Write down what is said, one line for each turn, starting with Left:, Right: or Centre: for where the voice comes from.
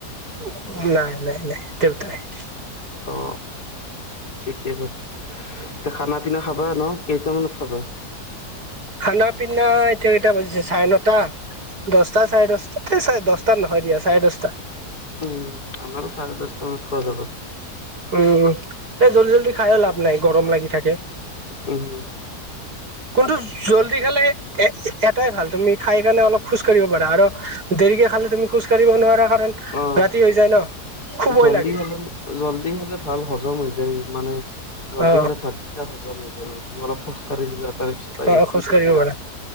Right: উম নাই নাই নাই দেউতাই-
Left: অ ঠিকেই বাৰু এতিয়া খানা পিনা খাবা ন কেইটামানত খাবা।
Right: খানা পিনা এতিয়া কেইটা বাজিছে চাৰে নটা- দহটা চাৰে দহটা এই চাৰে দহটাত নহয় দিয়া চাৰে দহটা
Left: উম আমাৰো চাৰে দচটা মানত খোৱা যাব।
Right: উম, এ জল্দি জল্দি খাইও লাভ নাই গৰম লাগি থাকে।
Left: উম
Right: কোনটো জল্দি খালে এ এটাই ভাল তুমি খাই কাৰণে অলপ খোজ কঢ়িব পাৰা আৰু- দেৰিকে খালে তুমি খোজ কাঢ়িব নোৱাৰা কাৰণ
Left: অ
Right: ৰাতি হৈ যায় ন, শুবই
Left: জল্দি
Right: লাগে।
Left: হলে জল্দি হলে ভাল হজম হৈ যায় মানে জল্দি
Right: অ
Left: হলে ভাত কেইটা হজম হৈ যায় মানে তুমি অলপ খোজ কাঢ়ি দিলা তাৰ পিছত আহি
Right: অ
Left: শুই
Right: খোজ কাঢ়িব
Left: থাকিলা
Right: পাৰে